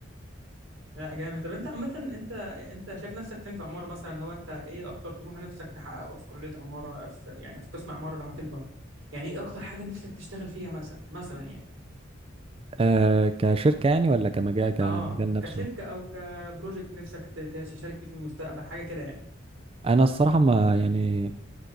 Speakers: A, on the right (about 85°); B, on the right (about 30°).
A: لا جامد طب انت عامة انت انت شايف نفسك فين في عمارة مثلا هو انت ايه اكتر طموح نفسك تحققه في كلية عمارة في يعني في قسم عمارة لما تكبر يعني ايه اكتر حاجة نفسك تشتغل فيها مثلا مثلا يعني
B: آه كشركة يعني ولا كمجال كمجال
A: اه
B: نفسه
A: كشركة او كبروجكت نفسك ت- ت- تشارك فيه في المستقبل حاجة كده يعني
B: انا الصراحة ما يعني